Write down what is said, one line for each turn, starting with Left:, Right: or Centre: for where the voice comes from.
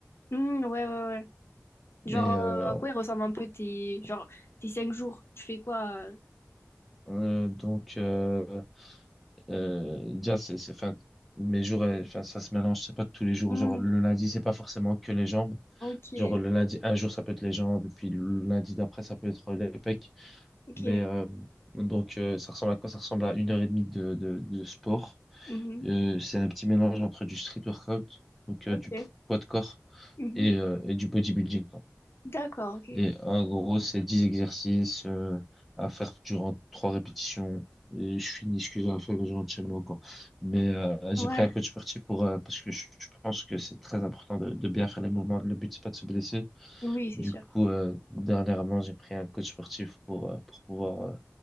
Left: Hmm, ouais, ouais, ouais. Genre,
Centre: Et euh,
Left: euh, à quoi ils ressemblent un peu tes, genre, tes cinq jours? Tu fais quoi? euh
Centre: euh, donc, euh, euh, déjà, c'est, c'est, enfin, mes jours, euh, enfin, ça se mélange, c'est pas tous les jours.
Left: Hmm,
Centre: Genre, le lundi, c'est pas forcément que les jambes.
Left: ok,
Centre: Genre, le lundi, un jour, ça peut être les jambes, et puis le lundi d'après, ça peut être les pecs.
Left: ok.
Centre: Mais euh, donc, euh, ça ressemble à quoi? Ça ressemble à une heure et demie de, de, de sport.
Left: Mhm.
Centre: Euh, c'est un petit mélange entre du street workout, donc euh,
Left: Ok.
Centre: du poids de corps,
Left: Mhm.
Centre: et, euh, et du bodybuilding, quoi.
Left: D'accord, ok.
Centre: Et en gros, c'est 10 exercices euh, à faire durant trois répétitions. Et je finis ce que j'ai à faire gentiment, quoi. Mais euh, j'ai
Left: Ouais,
Centre: pris un coach sportif pour, euh, parce que je, je pense que c'est très important de, de bien faire les mouvements. Le but, c'est pas de se blesser.
Left: oui, c'est
Centre: Du
Left: sûr.
Centre: coup, euh, dernièrement, j'ai pris un coach sportif pour, euh, pour pouvoir euh,